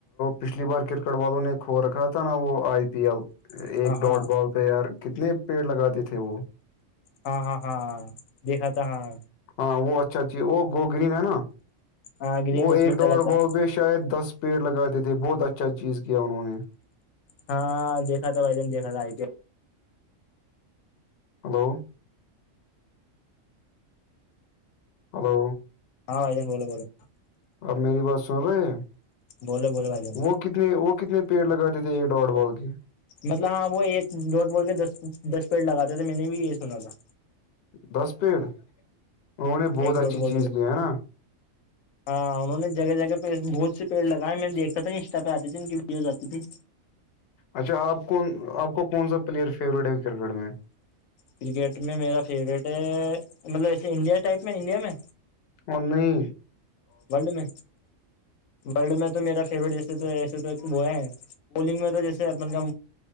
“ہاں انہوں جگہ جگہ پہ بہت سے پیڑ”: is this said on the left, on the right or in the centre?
Left